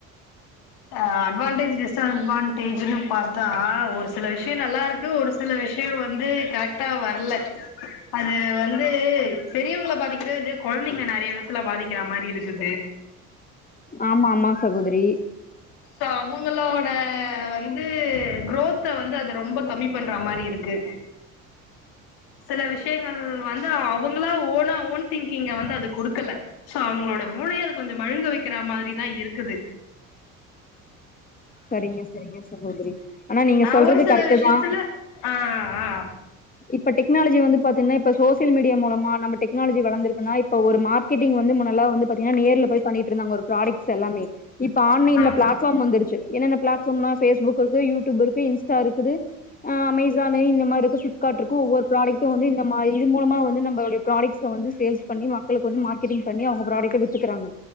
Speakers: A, on the left; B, on the left.
A: ஆ அட்வான்டேஜ் டிஸ்அட்வான்டேஜுனு பாத்தா ஒரு சில விஷய நல்லா இருக்கு ஒரு சில விஷய வந்து கரெக்டா வர்ல அது வந்து பெரியவங்கள பாதிக்கிதோ இல்லையோ கொழந்தைங்கள நெறைய விதத்துல பாதிக்கிற மாரி இருக்குது
B: ஆமா ஆமா சகோதரி
A: சோ அவுங்களோட வந்து குரோத்த வந்து அது ரொம்ப கம்மி பண்ற மாரி இருக்கு சில விஷயங்கள் வந்து அவங்களா ஓனா ஓன் திங்கிங்க வந்து அது குடுக்கல சோ அவுங்களோட மூளைய அது கொஞ்ச மழுங்க வெக்கிற மாரிதா இருக்குது
B: சரிங்க சரிங்க சகோதரி ஆனா நீங்க
A: ஆ
B: சொல்றது
A: ஒரு சில
B: கரெக்ட்டு
A: விஷயத்துல
B: தா
A: ஆ ஆ
B: இப்ப டெக்னாலஜி வந்து பாத்தீங்னா இப்ப சோசியல் மீடியா மூலமா நம்ம டெக்னாலஜி வளந்துருக்குனா இப்போ ஒரு மார்க்கெட்டிங் வந்து முன்னெல்லா வந்து பாத்திங்கனா நேர்ல போய் பண்ணிட்டுருந்தாங்க ஒரு ப்ராடக்ட் சு எல்லாமே இப்ப ஆன்லைன்ல
A: ஆமா
B: பிளாட்ஃபார்ம் வந்துருச்சு என்ன பிளாட்ஃபாம்னா பேஸ்புக் இருக்கு யூ டியூப் இருக்கு இன்ஸ்டா இருக்குது அ-அமேசான்னு இந்ந மாரிக்கு ஃபிலிப் காட்றுக்கு ஒவ்வொரு ப்ராடைக்டும் வந்து இந்த மாரி இது மூலமா வந்து நம்ப இந்த புராடக்ட்ஸ்ஸ வந்து சேல்ஸ் பண்ணி மக்களுக்கு வந்து மார்க்கெட்டிங் பண்ணி அவுங்க ப்ராடக்ட்ட வித் துக்குறாங்க